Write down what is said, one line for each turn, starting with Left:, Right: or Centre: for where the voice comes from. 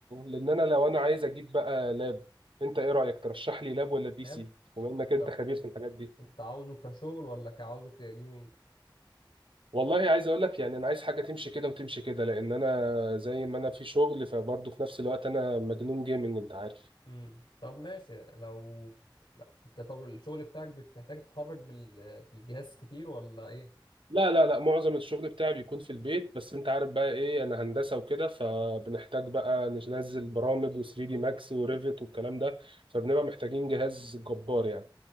Right: لان انا لو انا عايز اجيب بقى لاب انت ايه رايك ترشح لي لاب ولا بي
Left: لاب
Right: سي بما انك انت
Left: طب
Right: خبير في الحاجات دي
Left: انت عاوزه كشغل ولا كعاوزه كجيمنج
Right: والله عايز اقول لك يعني انا عايز حاجه تمشي كده وتمشي كده لان انا زي ما انا في شغل فبرضه في نفس الوقت انا مجنون جيمنج انت عارف
Left: امم طب ماشي لو لا انت طب الشغل بتاعك بتحتاج تتحرك بال... بالجهاز كتير ولا ايه
Right: لا لا لا معظم الشغل بتاعي بيكون في البيت بس انت عارف بقى ايه انا هندسة وكده فبنحتاج بقى ننزل برامج و3 دي
Left: امم
Right: ماكس وريفت والكلام ده فبنبقى محتاجين جهاز جبار يعني